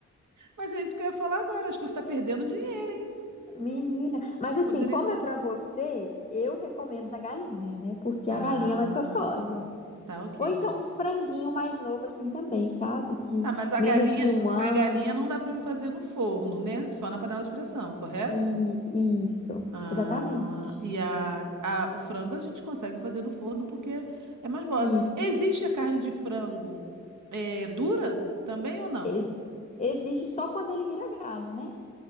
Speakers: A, on the right; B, on the left.
A: Mas é isso que eu ia falar agora. Acho que você tá perdendo dinheiro, hein?
B: Menina, mas assim,
A: Poderia
B: como
A: estar.
B: é pra você, eu recomendo a galinha, né? Porque
A: Ah,
B: é a galinha é mais gostosa.
A: tá, ok.
B: Ou então um franguinho mais novo assim também, sabe? Que
A: Tá, mas a
B: menos
A: galinha,
B: de um ano
A: a galinha não dá pra me fazer no forno, né? Só na panela de pressão, correto?
B: e isso,
A: Ah,
B: exatamente.
A: e a, a- o frango a gente consegue fazer no forno porque é mais mole.
B: Isso.
A: Existe a carne de frango é, dura também ou não?
B: Ex- existe só quando ele vira galo, né?